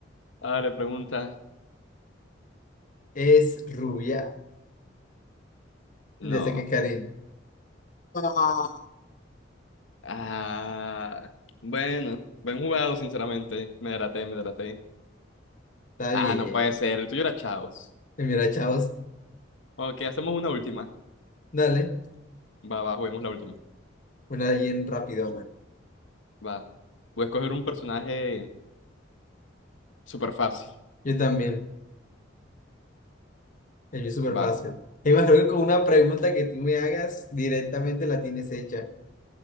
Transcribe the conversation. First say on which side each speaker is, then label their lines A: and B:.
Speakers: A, on the left; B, on the left.
A: Ah, le pregunta.
B: Es rubia.
A: No.
B: Ya sé que Karin. Ah,
A: Ah. Bueno. Buen jugado, sinceramente. Me delaté, me delaté.
B: Está
A: Ah,
B: bien.
A: no puede ser. El tuyo era Chaos.
B: Y mira, chavos,
A: Ok, hacemos una última.
B: dale.
A: Va, va, juguemos la última.
B: Una bien rapidona.
A: Va. Voy a escoger un personaje súper fácil.
B: Yo también. El mío es súper
A: Va.
B: fácil. Imagino que con una pregunta que tú me hagas, directamente la tienes hecha.